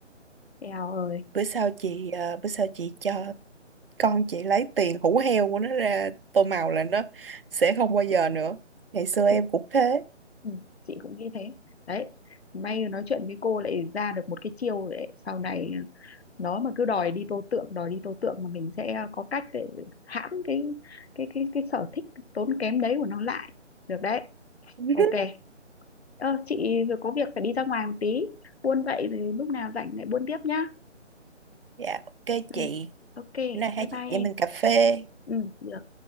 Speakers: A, on the left (about 60°); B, on the right (about 50°).
A: eo ơi
B: bữa sau chị ờ, bữa sau chị cho con chị lấy tiền hủ heo của nó ra tô màu là nó sẽ không bao giờ
A: ừ,
B: nữa ngày xưa
A: chị
B: em cũng thế
A: ừ, chị cũng nghĩ thế đấy may nói chuyện với cô lại ra được một cái chiêu để sau này ờ, nó mà cứ đòi đi tô tượng đòi đi tô tượng mà mình sẽ có cách để hãm cái cái cái cái sở thích tốn kém đấy của nó lại được đấy
B: <laughs>
A: ok ờ, chị vừa có việc phải đi ra ngoài một tí buôn vậy thì lúc nào rảnh lại buôn tiếp nhá
B: dạ ok
A: ừ.
B: chị
A: ok
B: Bữa nay hai
A: bye bye
B: chị em
A: em
B: mình cà phê.
A: ừ được